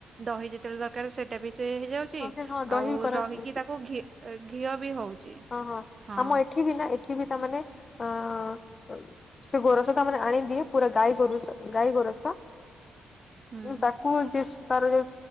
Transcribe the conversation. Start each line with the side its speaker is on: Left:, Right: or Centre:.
Right: ଦହି ଯେତେବେଳେ ଦରକାର ସେଇଟା ବି ସେ ହେଇଯାଉଚି।
Left: ହଁ
Right: ଚି,
Left: ସେ ହଁ ଦହି
Right: ଆଉ
Left: କରନ୍ତି
Right: ରହିକି ତାକୁ ଘି ଘିଅ ବି ହଉଚି।
Left: ହଁ
Right: ହଁ
Left: ଆମ ଏଠି ବି ନା ଏଠି ବି ତା ମାନେ ଅ ସେ ଗୋରସ ତା ମାନେ ଆଣିଦିଏ ପୁରା ଗାଈ ଗୋରୁସ, ଗାଈ ଗୋରସ।
Right: ହୁଁ
Left: ତାକୁ ଯିପସ୍ ସ୍ତରରେ